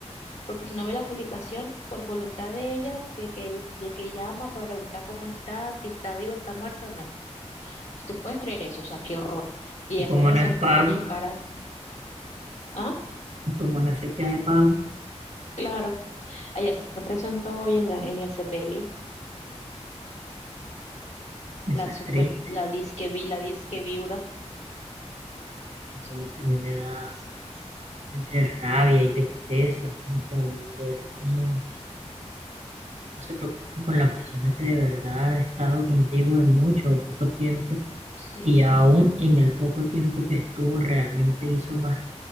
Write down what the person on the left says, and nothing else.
porque si no ve la publicación por voluntad de ella, de que él, de que llama para preguntar cómo está, si está vivo, está muerto o no. ¿Te puedes creer eso? O sea, qué horror. Y
ella
se presentó
con su cara, así, ah,
claro. Allá se presentó hoy en, la, en el sepelio,
la
super,
la disque, vi- la disque viuda.
Sí,